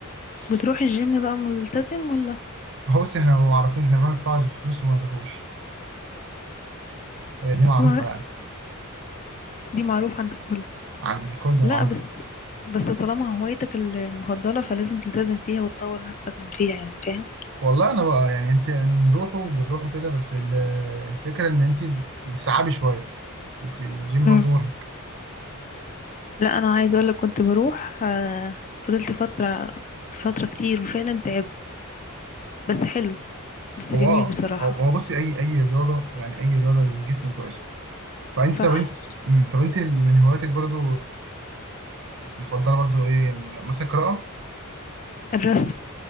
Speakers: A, on the left; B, on the right.
A: بتروح الجيم بقى ملتزم ولا
B: هو بس إحنا معروفين إحنا بنروح ندفع الفلوس وما نروحوش هي دي معروفة
A: دي مع-
B: يعني
A: دي معروف عند الكل
B: عند الكل معروفة
A: لا بس بس طالما هوايتك ال- المفضلة فلازم تلتزم فيها وتطور نفسك من فيها يعني فاهم
B: والله أنا بقى يعني أنت نروحوا بنروحوا كده بس ال- الفكرة إن أنت بتتعبي شوية أنت الجيم برضو
A: امم
B: مرهق
A: لا انا عايزة اقولك كنت بروح آه، فضلت فترة فترة كتير وفعلا تعبت بس حلو بس
B: هو
A: جميل
B: آه،
A: بصراحة
B: هو هو بصي أي أي رياضة يعني أي رياضة للجسم كويسة فأنت
A: صح
B: طب أنت مم، طب أنت اللي من هواياتك برضو مفضله برضو ايه ال- مثلا القراءه
A: الرسم